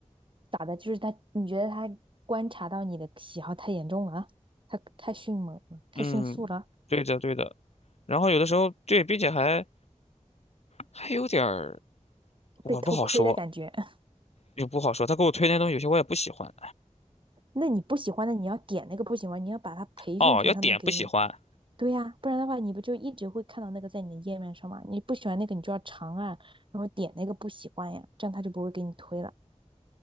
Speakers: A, on the right; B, on the left.
A: 打的就是他，你觉得他观察到你的喜好太严重了他太太迅猛了，太迅速了，
B: 嗯，对的，对的。然后有的时候对，并且还还有点儿，我不好说，
A: 被偷窥的感觉。<laughs>
B: 也不好说。他给我推那东西，有些我也不喜欢。
A: 那你不喜欢的，你要点那个不喜欢，你要把它培训成他能给你
B: 哦，要点不喜欢。
A: 对呀，不然的话，你不就一直会看到那个在你的页面上吗？你不喜欢那个，你就要长按，然后点那个不喜欢呀，这样他就不会给你推了。